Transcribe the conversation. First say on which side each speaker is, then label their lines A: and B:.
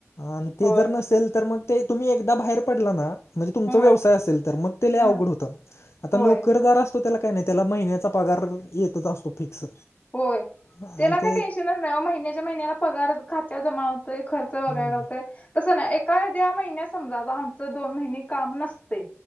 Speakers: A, on the left; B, on the left.
A: आणि ते
B: होय
A: जर नसेल तर मग ते तुम्ही एकदा बाहेर पडला ना. म्हणजे तुमचा
B: होय
A: व्यवसाय असेल तर मग ते लई
B: हम्म
A: अवघड होतं, आता
B: होय
A: नोकरदार असतो त्याला काय नाही त्याला महिन्याचा पगार येतच असतो फिक्स.
B: होय
A: आणि
B: त्याला काय
A: ते
B: टेन्शनच नाही ओ महिन्याच्या महिन्याला पगार खात्यात जमा होतोय खरं र्च भागवाय
A: हम्म
B: घावतंय तसं ना एखाद्या महिन्यात समजा ज आमचं दोन महिने काम नसतय.